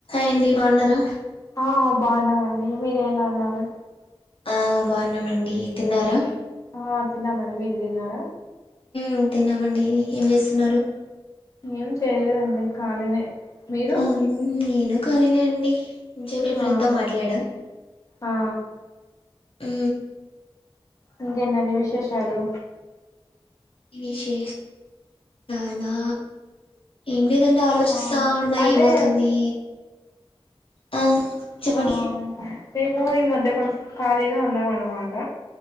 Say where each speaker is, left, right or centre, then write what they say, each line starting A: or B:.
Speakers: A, on the left (about 65°); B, on the left (about 35°).
A: ఏండి బాన్నారా
B: ఆ బాగున్నామండి మీరు ఎలా ఉన్నారు
A: ఆ బాగున్నామండి తిన్నారా
B: ఆ తిన్నామండి మీరు తిన్నారా
A: మ్ తిన్నామండి ఏం చేస్తున్నారు
B: ఏం చేయలేదండి ఖాళీనే మీరు
A: ఆ నమ్ను కనీద అండి ఇ చెపల ఫ్రెండ్
B: ఆ
A: తో మాట్లాడా
B: ఆ
A: అ
B: ఇంకేంటండి విశేషాలు
A: విశేష అలా ఏం లేదంటే ఆలోచిస్తా
B: ఆ
A: ఉన్నా
B: అంటే
A: ఏమవుతుంది ఆ చెప్పడి
B: ఆ మేము ఈ మధ్య కొంచెం ఖాళీగా ఉన్నాం అన్నమాట